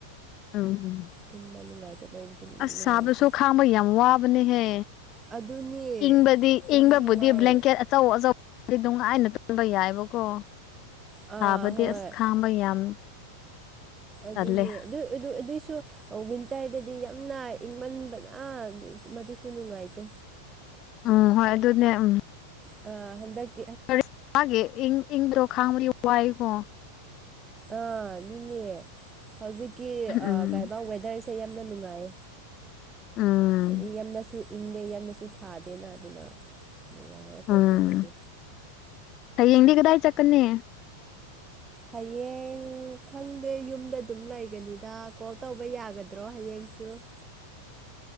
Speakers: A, on the left; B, on the right.
A: ꯎꯝ
B: ꯇꯨꯝꯕ ꯅꯨꯡꯉꯥꯏꯇꯦ ꯂꯩꯕꯁꯨ
A: ꯑꯁ
B: ꯅꯨꯡꯉꯥꯏꯇꯦ
A: ꯁꯥꯥꯕꯁꯨ ꯈꯥꯡꯕ ꯌꯥꯝ ꯋꯥꯕꯅꯦ ꯍꯦ
B: ꯑꯗꯨꯅꯦ
A: ꯏꯪꯕꯗꯤ
B: ꯌꯥꯝꯅ
A: ꯏꯪꯕꯕꯨꯗꯤ
B: ꯋꯥꯏꯑꯦ
A: ꯕ꯭ꯂꯦꯡꯀꯦꯠ ꯑꯆꯧ ꯑꯆꯧꯕꯗꯤ ꯅꯨꯡ ꯇꯨꯝ ꯈꯟꯕ ꯌꯥꯏꯕꯀꯣ
B: ꯑꯥ
A: ꯁꯥꯕꯗꯤ
B: ꯍꯣꯏ
A: ꯑꯁ ꯈꯥꯡꯕ ꯌꯥꯝ
B: ꯑꯗꯨꯅꯦ
A: ꯇꯜꯂꯦ
B: ꯑꯗꯨ ꯑꯗꯨ ꯑꯗꯨꯏꯁꯨ ꯋꯤꯟꯇꯔꯗꯗꯤ ꯌꯥꯝꯅ ꯏꯪꯃꯟꯕꯅ ꯃꯗꯨꯁꯨ ꯅꯨꯡꯉꯥꯏꯇꯦ
A: ꯎꯝ ꯍꯣꯏ ꯑꯗꯨꯅꯦ ꯎꯝ
B: ꯑ ꯍꯟꯗꯛ
A: ꯀꯔꯤ ꯃꯒꯤ ꯏꯪ ꯏꯪꯕꯗꯣ ꯈꯥꯡꯕꯗꯤ ꯋꯥꯏꯌꯀꯣ
B: ꯑ ꯑꯗꯨꯅꯦ ꯍꯧꯖꯤꯛꯀꯤ
A: ꯎꯝ
B: ꯀꯩ ꯋꯦꯗꯔꯁꯦ ꯌꯥꯝꯅ ꯅꯨꯡꯉꯥꯏ
A: ꯎꯝ
B: ꯑ ꯌꯥꯝꯅꯁꯨ ꯆꯤꯡꯗꯦ ꯌꯥꯝꯅꯁꯨ ꯁꯥꯗꯦꯅ ꯑꯗꯨꯅ ꯅꯨꯡꯉꯥꯏꯔꯦ ꯑꯩꯈꯣꯏ
A: ꯎꯝ
B: ꯈꯨꯟꯗꯗꯤ
A: ꯍꯌꯦꯡꯗꯤ ꯀꯗꯥꯏ ꯆꯠꯀꯟꯅ
B: ꯍꯥꯏꯌꯦꯡ ꯈꯪꯗꯦ ꯌꯨꯝꯗ ꯑꯗꯨꯝ ꯂꯩꯒꯅꯤꯗ ꯀꯣꯜ ꯇꯧꯕ ꯌꯥꯒꯗ꯭ꯔꯣ ꯍꯌꯦꯡꯁꯨ <inaudible>